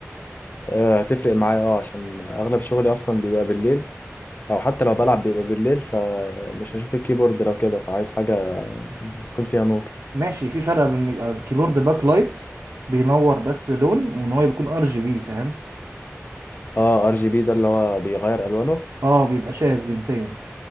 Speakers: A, on the left; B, on the right.
A: آه، هتفرق معايا اه عشان اغلب شغلي اصلا بيبقى بالليل او حتى لو بلعب بيبقى بالليل فمش هشوف الكيبورد لو كده فعايز حاجه يكون فيها نور
B: ماشي في فرق بين يبقى الكيبورد باك لايت بينور بس لون وان هو يكون ار جي بي فاهم
A: اه ار جي بي ده اللي هو بيغير الوانه
B: اه بيبقى شاذ جنسيا